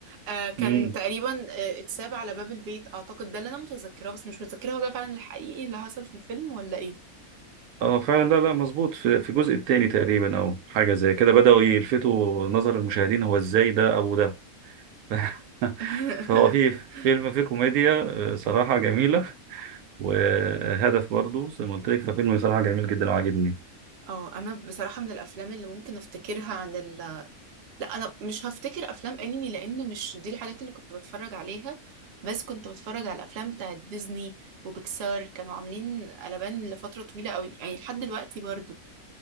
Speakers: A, on the right; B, on the right.
A: آه كان
B: مم.
A: تقريبا آه اتساب على باب البيت اعتقد ده اللي انا متذكراه بس مش متذكره هو ده فعلا الحقيقي اللي حصل في الفيلم ولا ايه
B: اه فعلا لا لا مظبوط في في الجزء الثاني تقريبا او حاجه زي كده بداوا يلفتوا نظر المشاهدين هو ازاي ده ابو ده <laughs>
A: <laughs>
B: فهو في فيلم فيه كوميديا آه، صراحة جميلة وهدف برضو زي ما قلت لك ففيلم صراحة جميل جدا وعجبني
A: اه انا بصراحه من الافلام اللي ممكن افتكرها عن ال لا انا مش هفتكر افلام انمي لان مش دي الحاجات اللي كنت بتفرج عليها بس كنت بتفرج على الافلام بتاعت ديزني وبيكسار كانوا عاملين قلبان لفتره طويله قوي يعني لحد دلوقتي برضو